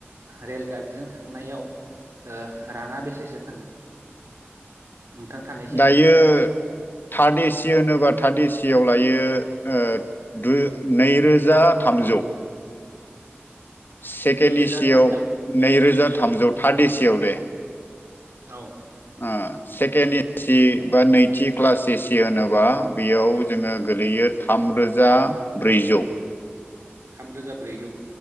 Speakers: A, on the right; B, on the left.
A: रेलगारिजों थांनायाव ओ राङा बेसेसो थाङो नोंथां थानायसिम
B: दायो थार्ड एसि होनोब्ला' थार्ड ए सियाव लायो ओ दु नैरोजा थामजौ सेकेन्ड
A: नैरोजा
B: एसिव
A: थामजौ
B: नैरोजा थामजौ थार्ड एसिआव दे
A: औ
B: ओ सेकेणड एसि बा नैथि क्लास एसि होनोबा बेयाव जोङो गोलैयो थामरोजा ब्रैजौ
A: थामरोजा ब्रैजौ